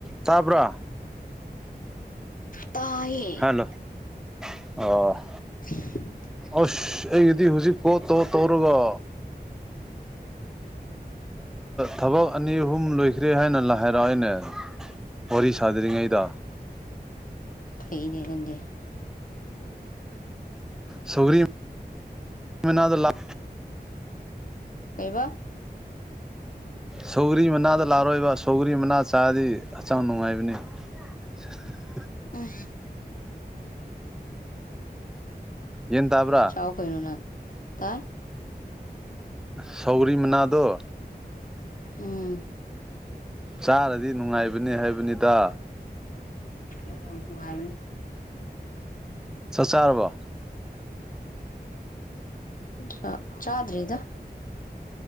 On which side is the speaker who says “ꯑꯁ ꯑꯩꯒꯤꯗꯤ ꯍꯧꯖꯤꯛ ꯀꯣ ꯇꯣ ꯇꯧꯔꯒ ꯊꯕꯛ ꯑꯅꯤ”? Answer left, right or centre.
Centre